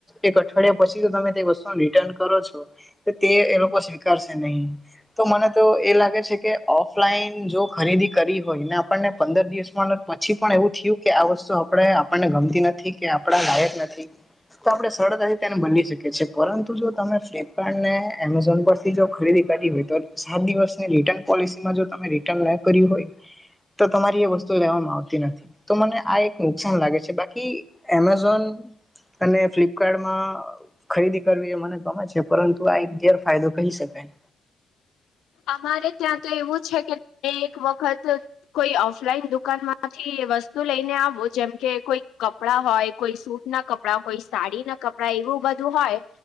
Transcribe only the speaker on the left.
અમારે ત્યાં તો એવું છે કે એક વખત કોઈ ઓફલાઈન દુકાન માંથી વસ્તુ લઈને આવું જેમ કે કોઈ કપડા હોય કોઈ સૂટ ના કપડા કોઈ સાડી ના કપડા એવું બધું હોય